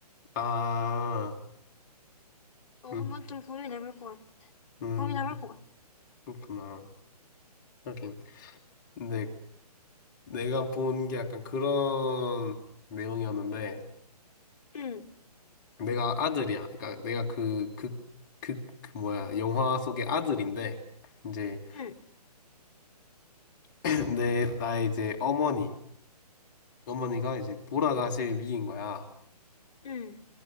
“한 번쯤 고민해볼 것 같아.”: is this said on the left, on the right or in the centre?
Left